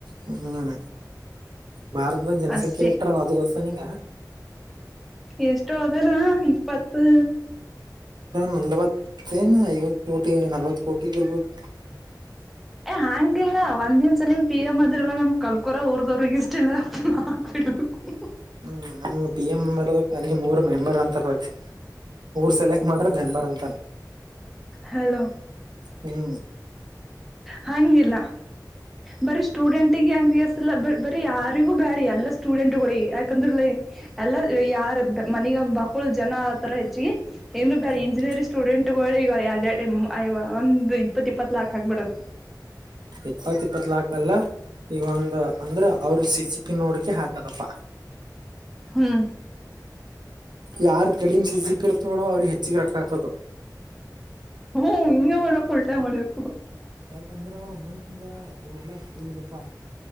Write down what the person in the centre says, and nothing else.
ಅಷ್ಟೇ
ಎಷ್ಟೋ ಹದಲ್ಲ ಇಪ್ಪತ್ತು
ಹಾಂಗಿಲ್ಲ ಒಂದ ದಿನ ಸಲ ಪಿ ಎಂ ಅದ್ರಿಯಲ್ಲ ನಮ್ ಕಲ್ಕೊರ ಊರ್ದವ್ರರು ಇಷ್ಟಿಲ್ಲ ಪಾ <unintelligible>
ಹಲೋ
ಹಂಗಿಲ್ಲ ಬರಿ ಸ್ಟೂಡೆಂಟಿಗಾ <unintelligible> ಸಲ್ಲ ಬರಿ ಯಾರಿಗೂ ಬ್ಯಾರೆ ಅಲ್ಲ ಎಲ್ಲ ಸ್ಟೂಡೆಂಟ್ ಗೋಳ ಯಾಕೆಂದಲ್ಲಾ ಎಲ್ಲಾ ಯಾರ ಮನಿಗಂದ ಬಕ್ಕಳ ಜನ ಆತರ ಹೆಚ್ಚಿಗೆ ಏನ್ ಬೇಡ
ಇಂಜಿನಿಯರಿಂಗ್ ಸ್ಟೂಡೆಂಟ್ಗಳು ಈಗ ಎರಡೆಡುಯವ ಒಂದಂದು ಇಪ್ಪತ್ ಇಪ್ಪತ್ತು ಲಾಕ್ ಹಾಕ್ಬಿಡದು
ಹ್ಮ್
ಹ್ಮ ಹಿಂಗೆ ಮಾಡಬೆಕ್ ಉಲ್ಟಾ ಮಾಡ್ಬೇಕು.